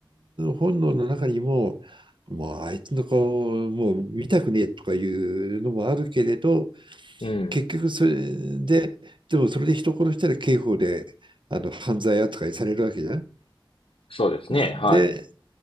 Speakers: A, on the right; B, on the left.
A: 本能の中にも、もうあいつの顔をもう見たくねえとかいうのもあるけれど、
B: うん。
A: 結局それで、でもそれで人殺したら刑法であの犯罪扱いされるわけじゃん。
B: そうですね。
A: で、
B: はい。